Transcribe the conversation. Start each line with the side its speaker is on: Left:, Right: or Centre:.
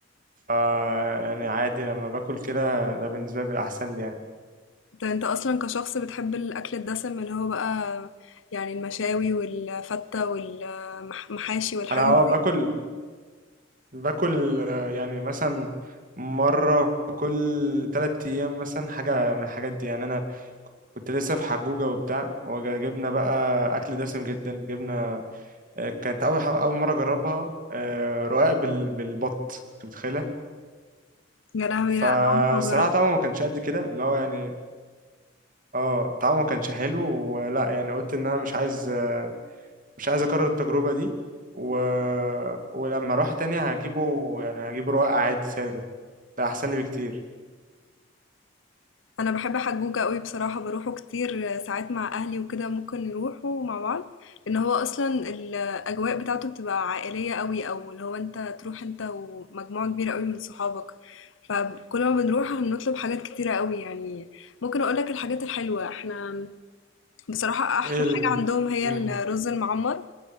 Right: ف يعني عادي لما باكل كده ده بالنسبة لي بيبقى احسن لي يعني
Left: انت انت اصلا كشخص بتحب الاكل الدسم اللي هو بقى يعني المشاوي والفتة والمحاشي والحاجات
Right: انا اه
Left: دي
Right: باكل باكل آه، يعني مثلا مرة كل تلات أيام مثلا حاجة من الحاجات دي يعني أنا كنت لسه في حجوجة وبتاع وجبنا بقى أكل دسم جدا جبنا آه، كانت أول ح- أول مرة أجربها آه، رقاق بال- بالبط أنت متخيلة
Left: يا لهوي
Right: فالصراحة
Left: لا انا عمري ما جربت
Right: طعمه ما كانش قد كده اللي هو يعني اه طعمه ما كانش حلو ولا يعني قلت إن أنا مش عايز آه، مش عايز أكرر التجربة دي و... ولما أروح تاني هجيبه يعني هجيبه رقاق عادي سادة ده أحسن لي بكتير
Left: أنا باحب حجوجة أوي بصراحة، باروحه كتير ساعات مع أهلي وكده ممكن نروحه مع بعض، لإن هو أصلًا الأجواء بتاعته بتبقى عائلية أوي، أو اللي هو أنت تروح أنت ومجموعة كبيرة أوي من صحابك، فكل ما بنروح بنطلب حاجات كتيرة أوي، يعني ممكن أقول لك الحاجات الحلوة، إحنا بصراحة أحلى
Right: ايه ال...
Left: حاجة عندهم هي
Right: مم.
Left: الرز المعمر،